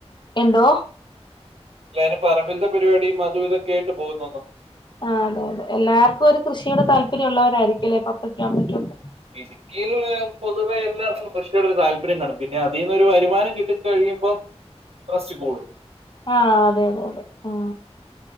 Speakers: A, on the left; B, on the right.
A: എന്തോ
B: ല്ലാരും പറമ്പില്തെ പരിപാടിയും അതും ഇതൊക്കെയായിട്ട് പോകുന്നന്ന്
A: ആഹ് അത അതെ എല്ലാർക്കും ഒരു കൃഷിയോട് താല്പര്യമുള്ളവരായിരിക്കല്ലേ പ്പപ്പയ്ക്ക അമ്മയ്ക്കൊക്കെ
B: ഇടുക്കിയിൽള്ളെ പൊതുവെ എല്ലർക്കും കൃഷിയോടൊരു താല്പര്യം കാണും പിന്നെ അതിന്ന് ഒരു വരുമാനം കിട്ടി കഴിയുമ്പം റസ്റ്റ് കൂടും
A: ആഹ് അതെ അതെ അതെ ഉം